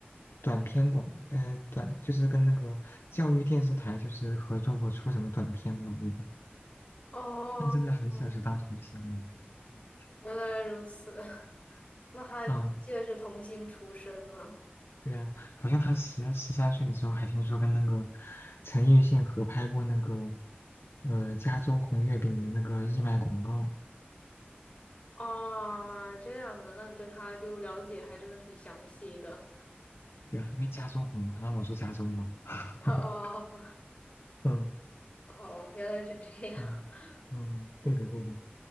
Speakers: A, on the left; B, on the left.
A: 短片广，呃，短就是跟那个教育电视台就是合作过出什么短片吧，对吧？
B: 哦，
A: 那真的很小就当童星了。
B: 嗯，
A: 嗯
B: 原来如此。<laughs> 那他记得是童星出身呢。
A: 啊对啊，好像他十十三岁的时候还听说跟那个陈奕迅合拍过那个呃加州红月饼的那个义卖广告，
B: 啊，这样子，那你对他就了解还真的挺详细的。
A: 对啊，因为加州红嘛，然后我住加州嘛，<laughs>
B: <laughs> 哦。
A: 嗯
B: 哦，原来是这样。
A: 嗯嗯，
B: <laughs>
A: 对的对的，